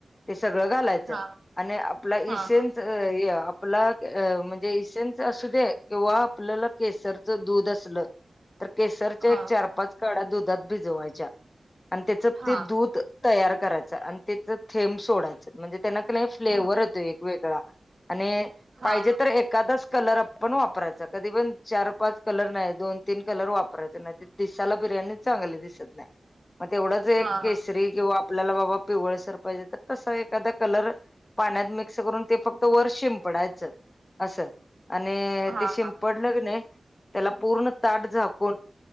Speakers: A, on the left; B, on the right.
A: ते सगळं घालायचं.
B: हा
A: आणि आपला
B: हा
A: इसेेन..
B: हा
A: आपला म्हणजे इसेनच असू दे किंवा आपल्याला केसरच दूध असल. तर केसरच्या
B: हा
A: एक चार पाच काड्या दुधात भिजवायच्या आणि त्याच
B: हा
A: ते दूध तयार करायच आणि त्याच थेंब सोडायचं म्हणजे त्यांना क नाही फ्लेवर
B: हा
A: येतोय एक वेगळा आणि
B: हा हा
A: पाहिजे तर एखा कलर वापरायचा कधी पण चार पाच कलर नाही दोन तीन कलर वापरायचा नाही. दिसाला बिर्याणी चांगली दिसत नाही. मग तेवढंच एक
B: हा
A: केसरी
B: हा
A: किंवा आपल्याला बाबा पिवळसर पाहिजे तर तसा एखादा कलर पाण्यात मिक्स करून ते फक्त वर शिंपडायचं असं आणि
B: हा
A: ते शिंपड
B: हा
A: त्याला पूर्ण त झाकून